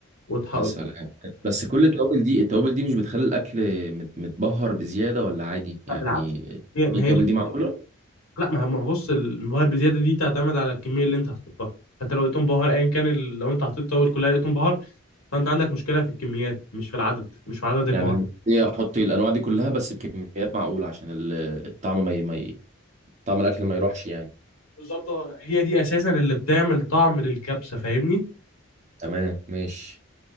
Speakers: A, on the left (about 75°); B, on the right (about 35°).
A: وتحطها
B: يا سلام بس كل التوابل دي التوابل دي مش بتخلي الاكل مت- متبهر بزياده ولا عادي يعني
A: بالعكس هي- ما
B: إيه
A: هي
B: التوابل
A: دي
B: دي معقوله
A: لا ما هو ما هو بص البهار بزياده دي تعتمد على الكميه اللي انت هتحطها حتى لو لقيتهم بهار ايا كان ال- لو انت حطيت توابل كلها لقيتهم بهار فانت عندك مشكله في الكميات مش في العدد مش في عدد البهار
B: يعني هي احط الانواع دي كلها بس بكميات معقوله عشان ال- الطعم ما ي... ما ي... طعم الاكل ما يروحش يعني
A: بالظبط آه. هي دي اساسا اللي بتعمل طعم للكبسه فاهمني
B: تمام ماشي